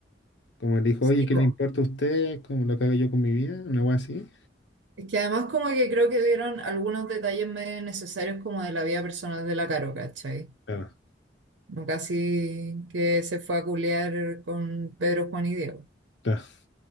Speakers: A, on the left (about 80°); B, on the right (about 85°).
A: Como le dijo,
B: Sí,
A: oye, ¿qué
B: po.
A: le importa a usted? ¿Cómo lo cago yo con mi vida? Una cosa así.
B: Es que además como que creo que dieron algunos detalles medio necesarios como de la vida personal de la Caro, ¿cachai?
A: Claro,
B: No casi que se fue a culear con Pedro, Juan y Diego.
A: claro,